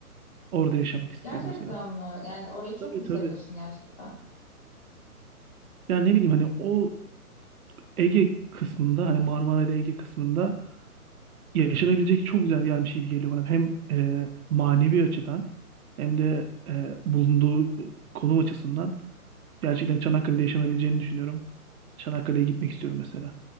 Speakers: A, on the right (about 70°); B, on the left (about 20°).
A: Orada yaşamak istiyorum
B: Gerçekten
A: mesela.
B: mi? Yani orayı çok
A: Tabii
B: mu seviyorsun
A: tabii.
B: gerçekten?
A: Yani ne bileyim hani o Ege kısmında hani Marmara ile Ege kısmında yaşanabilecek çok güzel yermiş gibi geliyor bana. Hem e, manevi açıdan hem de e, bulunduğu konum açısından gerçekten Çanakkale'de yaşanabileceğini düşünüyorum. Çanakkale'ye gitmek istiyorum mesela.